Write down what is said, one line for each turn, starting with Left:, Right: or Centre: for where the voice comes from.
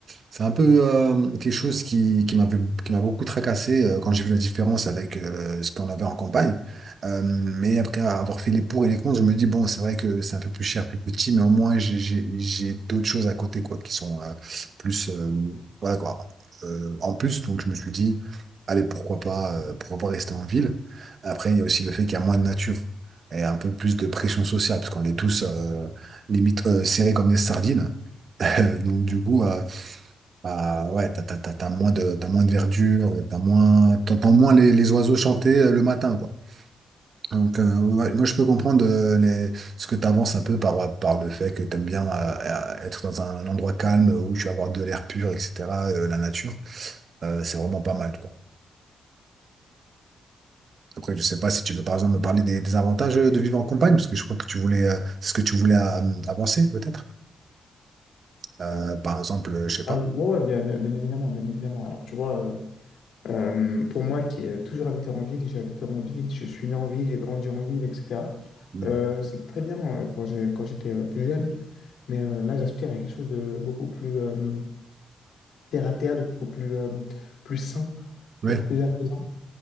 Right: c'est un peu euh, quelque chose qui, qui m'avait, qui m'a beaucoup tracassé euh, quand j'ai vu la différence avec euh, ce qu'on avait en campagne. Euh, mais après avoir fait les pour et les contre, je me dis, bon, c'est vrai que c'est un peu plus cher, plus petit, mais au moins, j'ai j'ai- j'ai d'autres choses à côté, quoi, qui sont euh, plus, euh, voilà, quoi, euh, en plus. Donc, je me suis dit, allez, pourquoi pas, euh, pourquoi pas rester en ville? Après, il y a aussi le fait qu'il y a moins de nature et un peu plus de pression sociale, parce qu'on est tous euh, limite euh, serrés comme des sardines. <laughs> Donc du coup, euh, bah, ouais, t'as, t'as- t'as- t'as moins de, t'as moins de verdure, t'as moins, t'entends moins les, les oiseaux chanter euh, le matin, quoi. Donc euh, ouais, moi, je peux comprendre euh, les- ce que tu avances un peu par, par le fait que tu aimes bien euh, être dans un endroit calme où tu vas avoir de l'air pur, etc., euh, la nature. Euh, c'est vraiment pas mal, quoi. Après, je sais pas si tu veux par exemple me parler des, des avantages euh, de vivre en campagne, parce que je crois que tu voulais, euh, c'est ce que tu voulais euh, avancer peut-être. Euh, par exemple, euh, je sais pas.
Left: Ah oui, ouais, ouais, bien, bien, bien évidemment, bien évidemment. Alors, tu vois, euh, euh, pour moi qui ai toujours habité en ville, j'ai habité en ville, je suis né en ville, j'ai grandi en ville, etc.
Right: Oui,
Left: euh, c'était très bien euh, quand j'ai, quand j'étais euh, plus jeune. Mais euh, là, j'aspire à quelque chose de beaucoup plus euh, terre à terre, de beaucoup plus, euh, plus sain,
Right: oui,
Left: beaucoup plus apaisant.